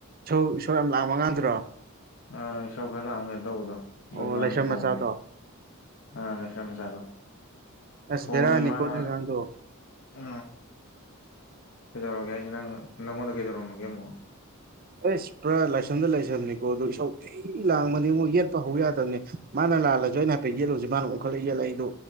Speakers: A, on the right; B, on the left.
A: ꯁ ꯏꯁꯣꯔ ꯌꯥꯝ ꯂꯥꯡꯕ ꯉꯥꯡꯗꯨꯔꯣ
B: ꯑꯥ ꯏꯁꯧ ꯈꯔ ꯂꯥꯛꯑꯝꯒꯦ ꯇꯧꯕꯗꯣ ꯑꯗꯨ
A: ꯑꯣ
B: ꯃꯥꯅ
A: ꯂꯥꯏꯁ꯭ꯔꯝ
B: ꯊꯣꯡꯉꯦ
A: ꯃꯆꯥꯗꯣ
B: ꯑꯥ ꯂꯩꯥꯏꯁ꯭ꯔꯝ ꯃꯆꯥꯗꯣ
A: ꯑꯁ
B: ꯊꯣꯡꯉꯦ
A: ꯕꯦꯔꯥꯅꯤꯀꯣ
B: ꯃꯥꯅ
A: ꯑꯗꯨꯏ ꯑꯉꯥꯡꯗꯣ
B: ꯎ ꯀꯩꯗꯧꯔꯒꯦ ꯍꯥꯏꯁꯦ ꯅꯪ ꯅꯪꯉꯣꯟꯗ ꯀꯩꯗꯧꯔꯝꯃꯒꯦ ꯑꯃꯛ
A: ꯑꯩꯁ ꯄꯨꯔꯥ ꯂꯥꯏꯁꯔꯝꯗ ꯂꯥꯏꯁꯔꯝꯅꯤꯀꯣ ꯑꯗꯣ ꯏꯁꯧ ꯑꯩ ꯂꯥꯡꯕꯅꯤ ꯑꯃꯨꯛ ꯌꯦꯠꯄ ꯍꯧ ꯌꯥꯗꯕꯅꯦ ꯃꯥꯅ ꯂꯥꯜꯂꯁꯨ ꯑꯩꯅ ꯍꯥꯏꯐꯦꯠ ꯌꯦꯠꯂꯨꯁꯤ ꯃꯥꯅ ꯑꯣꯟꯡꯈꯠꯂ ꯌꯦꯜꯂ ꯑꯩꯗꯣ